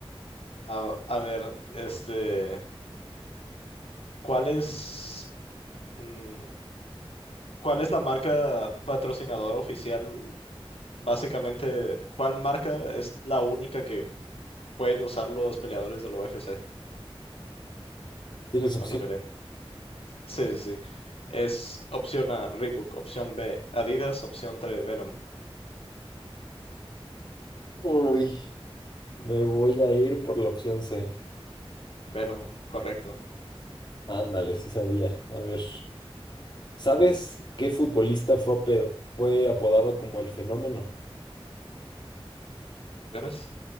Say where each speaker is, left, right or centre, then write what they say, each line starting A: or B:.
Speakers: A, on the left (about 75°); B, on the left (about 45°).
A: A, a ver, este, ¿cuál es, mm, cuál es la marca patrocinadora oficial? Básicamente, ¿cuál marca es la única que pueden usar los peleadores de la UFC
B: ¿tienes opción?
A: cuando peleen? Sí, sí, sí. Es opción A, Reebok, opción B, Adidas, opción 3 Venom.
B: Uy, me voy a ir por la opción C.
A: Venom, correcto.
B: Ándale, sí sabía. A ver, ¿sabes qué futbolista fue, ape- fue apodado como el fenómeno?
A: Opciones.